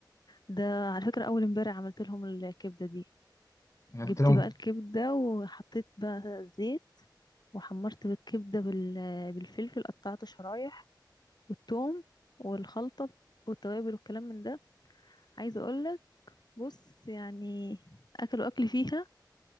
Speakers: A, on the left (about 60°); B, on the left (about 40°).
A: ده على فكرة اول امبارح عملت لهم الكبدة دي
B: يعني
A: جبت
B: قلت لهم
A: بقى الكبدة وحطيت بقى زيت وحمرت بالكبدة بال... بالفلفل قطعته شرايح والثوم والخلطة والتوابل والكلام من ده عايزة اقولك بص يعني اكلوا اكل فيها